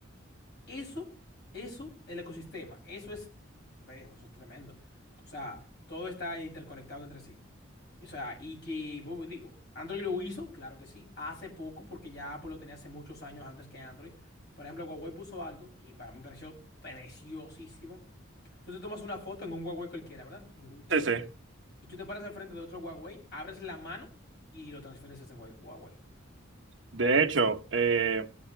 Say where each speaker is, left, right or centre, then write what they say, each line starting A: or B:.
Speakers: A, on the left; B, on the right.
A: eso, eso, el ecosistema, eso es, viejo, eso es tremendo. O sea, todo está interconectado entre sí. O sea, y que, bueno, digo, Android lo hizo, claro que sí, hace poco, porque ya Apple lo tenía hace muchos años antes que Android. Por ejemplo, Huawei puso algo que para mí me pareció preciosísimo. Tú te tomas una foto en un Huawei cualquiera, ¿verdad? En un cualquiera.
B: Sí, sí.
A: Y tú te paras enfrente de otro Huawei, abres la mano y lo transfieres a ese Huawei. Huawei.
B: De hecho, eh,